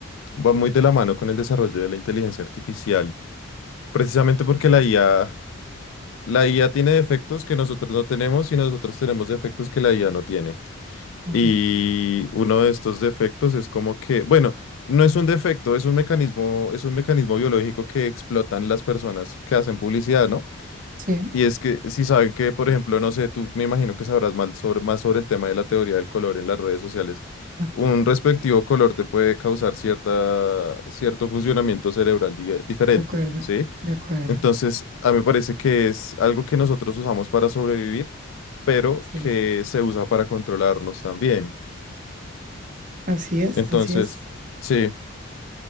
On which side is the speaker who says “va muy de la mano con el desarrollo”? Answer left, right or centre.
Left